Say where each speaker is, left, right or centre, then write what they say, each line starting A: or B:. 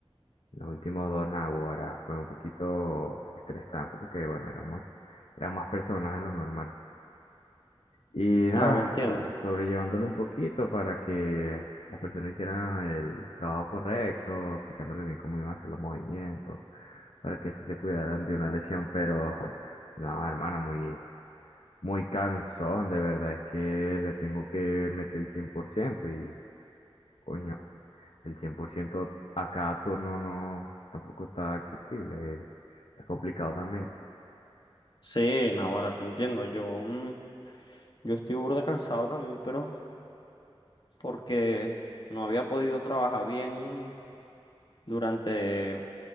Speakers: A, on the left; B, on the left.
A: Los últimos dos naguará fue un poquito estresante porque, bueno, eran más, eran más personas de lo normal. Y nada,
B: Claro, entiendo.
A: so- sobrellevándolo un poquito para que las personas hicieran el trabajo correcto, explicándole bien cómo iban a hacer los movimientos, para que así se cuidaran de una lesión, pero no, hermano, muy, muy cansón, de verdad, es que le tengo que meter el 100% y, coño, el 100% a cada turno no, tampoco está accesible, es, es complicado también.
B: Sí, no, ahora te entiendo. Yo, mm, yo estoy burda cansado también, pero porque no había podido trabajar bien durante